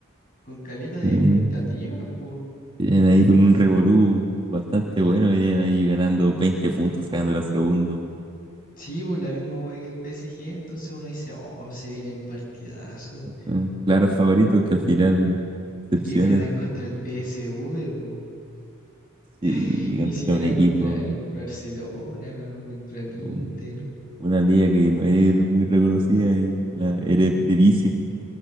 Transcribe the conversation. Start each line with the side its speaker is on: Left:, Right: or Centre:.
Left: con caleta de
Right: Venían,
Left: expectativas, pues.
Right: venían ahí con un revolú bastante bueno. Venían ahí ganando veinte puntos, sacando la segundo.
Left: Sí, pues la misma wea que el PSG, entonces uno dice, oh, se vienen partidazos.
Right: Son claros favoritos que al final decepcionan.
Left: Y que pierdan contra el PSV, pues.
Right: Sí,
Left: <laughs> Ni
Right: contra
Left: siquiera
Right: un equipo,
Left: contra el Barcelona o contra el Inter.
Right: un- una liga que no es muy reconocida, eh, la Eredivisie,